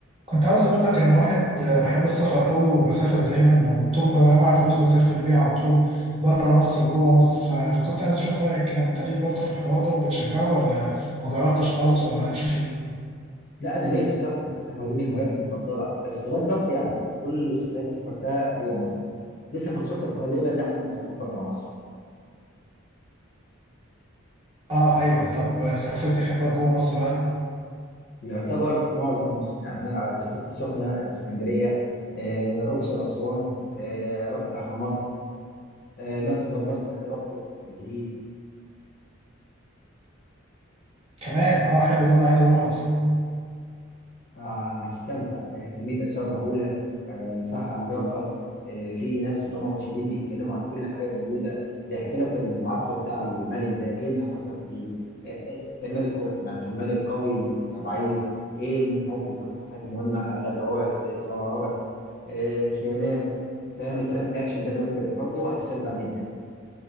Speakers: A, on the right; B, on the left.
A: كنت عاوز اقول لك انا واحد بحب السفر قوي وبسافر دايما وطول ما بجمع فلوس بسافر بيها على طول بره مصر وجوه مصر ف... فكنت عايز اشوف رايك كده انت ليك برضه في الحوار ده وبتشجعه ولا ما جربتش خالص ولا مالكش فيه
B: لا انا ليا في السفر السفر دي من هواياتي المفضله بس لغايه دلوقتي يعني كل السفرات اللي سافرتها جوه مصر لسه في الخطه القادمه اللي احنا نسافر بره مصر
A: اه ايوه طب سافرت فين بقى جوه مصر بقى
B: يعتبر معظم مصر يعني انا سافرت السخنه اسكندريه آه، اقصر اسوان آه، رحت الاهرامات آه، المتحف المصري حتى رحته الجديد
A: كمان اه حلو ده انا عايز اروحه اصلا
B: آه، هتستمتع آه، كمية آثار مهولة آه، مساحة عملاقة آه، في ناس اللي هم مرشدين بيتكلموا عن كل حاجة موجودة بيحكي لك العصر بتاع الملك ده إيه اللي حصل فيه آه، آه، كان ملك كو- يعني كان ملك قوي أو ضعيف إيه الحاجات اللي حصلت حاجات مهمة آه، غزوات آه، ثورات آه، خيانات فاهم الكلام الأكشن ده لو أنت بتحبه هتستمتع جدا